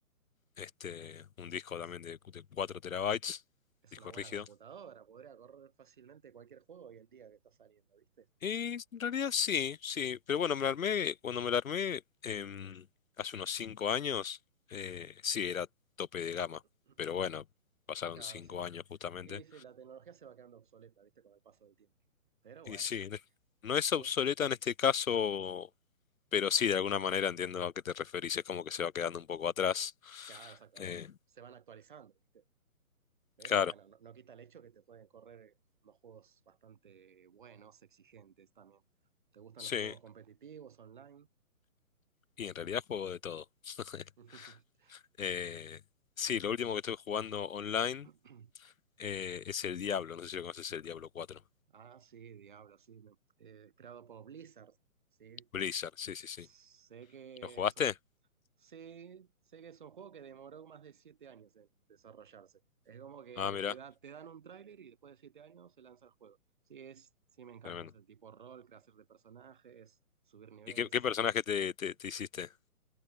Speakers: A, on the left (about 65°); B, on the right (about 35°).
A: este, un disco
B: Es,
A: también de, de 4 terabytes,
B: Es
A: disco
B: una buena
A: rígido.
B: computadora, podría correr fácilmente cualquier juego hoy en día que está saliendo, ¿viste?
A: Y en realidad sí, sí, pero bueno, me la armé, cuando me la armé em, hace unos cinco años, eh, sí, era tope de gama,
B: <clears throat>
A: pero bueno, pasaron
B: Claro,
A: cinco
B: sí.
A: años justamente.
B: Y sí, la tecnología se va quedando obsoleta, ¿viste? Con el paso del tiempo. Pero
A: Y
B: bueno,
A: sí, no no es
B: te
A: obsoleta
B: bu-
A: en este caso, pero sí, de alguna manera entiendo a qué te referís, es como que se va quedando un poco atrás.
B: claro, exactamente.
A: Eh,
B: Se van actualizando, ¿viste? Pero
A: claro,
B: bueno, no, no quita el hecho que te pueden correr unos juegos bastante buenos, exigentes también. ¿Te gustan
A: sí,
B: los juegos competitivos, online?
A: y en realidad juego de todo. <laughs>
B: <clears throat>
A: Eh, sí, lo último que estoy jugando online
B: <laughs>
A: eh, es el Diablo, no sé si lo conoces, el Diablo cuatro.
B: Ah, sí, Diablo, sí. me- eh, creado por Blizzard, sí.
A: Blizzard, sí, sí, sí.
B: Sé que
A: ¿Lo jugaste?
B: son Sí, sé que es un juego que demoró más de siete años en desarrollarse. Es como que
A: Ah, mira,
B: te da, te dan un tráiler y después de siete años se lanza el juego. Sí, es, sí me encanta.
A: tremendo.
B: Es el tipo rol, creación de personajes, subir niveles.
A: ¿Y qué, qué personaje te, te, te hiciste?